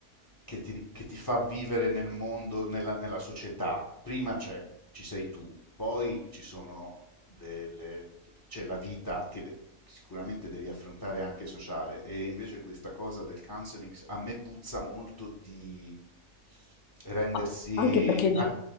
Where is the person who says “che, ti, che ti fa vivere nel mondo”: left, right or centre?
Left